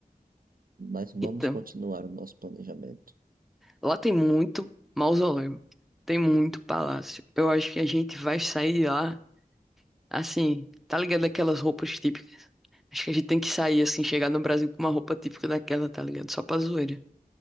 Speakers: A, on the right; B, in the centre.
A: Mas vamos
B: Então,
A: continuar o nosso planejamento.
B: lá tem muito mausoléu. Tem muito palácio. Eu acho que a gente vai sair de lá, assim, tá ligado aquelas roupas típicas? Acho que a gente tem que sair, assim, chegar no Brasil com uma roupa típica daquela, tá ligado? Só pra zoeira.